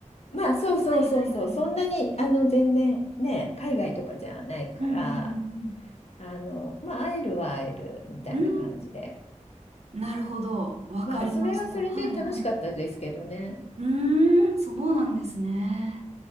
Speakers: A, on the left; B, on the right.
A: う。まあそうそうそうそう。
B: はいはいはいはい。
A: そんなにあの全然ね、海外とかじゃないから、
B: うんうんうん
A: あの、まあ会えるは会えるみたいな感じで。
B: うん。うーん。なるほど。わかりました。
A: まあそれはそれで楽しかったですけどね。
B: はいはい。うーん、そうなんですね。